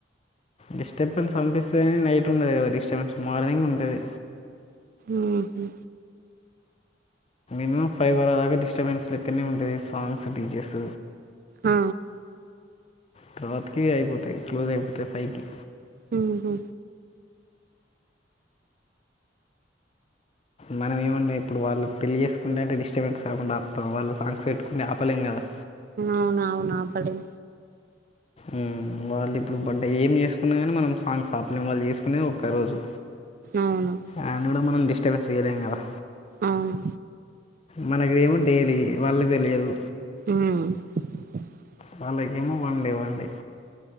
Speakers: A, on the left; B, on the right.
A: డిస్టర్బెన్స్ అనిపిస్తది కాని నైట్ ఉండదు మరి డిస్టర్బెన్స్ మార్నింగ్ ఉంటది
B: మ్ హు
A: మ్ ఫైవర్లాగా డిస్టర్బెన్స్ లెక్కనే ఉంటది సాంగ్స్ డీ జె స్
B: ఆ
A: తరవాతకి అయిపోతాయి క్లోజ్ అయిపోతాయి ఫైవ్ కి
B: ఉహు
A: మనం ఏమున్నయ్ ఇప్పుడు వాళ్ళు పెళ్ళి చేసుకుంటుంటే డిస్టర్బెన్స్ కాకుండా పాపం వాళ్ళు సాంగ్స్ పెట్టుకుంటె ఆపలేం కదా
B: అవును అవును ఆపలేం
A: మ్ వాళ్ళు ఇప్పుడు బడ్డే ఏం చేసుకున్న కానీ మనం సాంగ్స్ ఆపలేం వాళ్ళు చేసుకునేది ఒక్క రోజు
B: అవును
A: అలని కూడా మనం డిస్టర్బెన్స్ చేయలేం కదా
B: అవును
A: మనకెమో డైలీ వాళ్ళకు తెలియదు
B: మ్
A: వాళ్ళ కేమొ వన్డే వన్డే